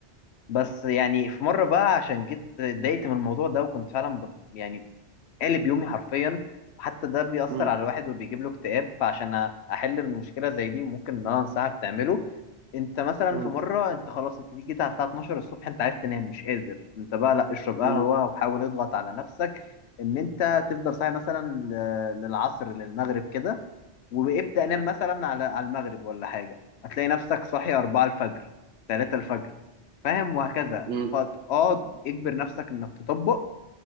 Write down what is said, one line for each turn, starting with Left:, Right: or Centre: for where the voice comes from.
Left: بس يعني في مرة بقى عشان جيت اتضايقت من الموضوع ده وكنت فعلا ب... يعني قالب يومي حرفيا وحتى ده بيأثر
Right: مم.
Left: على الواحد وبيجيب له اكتئاب فعشان احل المشكله زي دي وممكن ان انا انصحك تعمله انت مثلا
Right: مم.
Left: في مره انت خلاص انت دي جيت على الساعه 12 الصبح انت عايز تنام مش قادر انت بقى لا اشرب قهوه
Right: مم.
Left: وحاول اضغط على نفسك ان انت تفضل صاحي مثلا ل- للعصر للمغرب كده وابدأ نام مثلا على على المغرب ولا حاجة هتلاقي نفسك صاحي 4 الفجر 3 الفجر فاهم وهكذا
Right: مم.
Left: فاقعد اجبر نفسك انك تطبق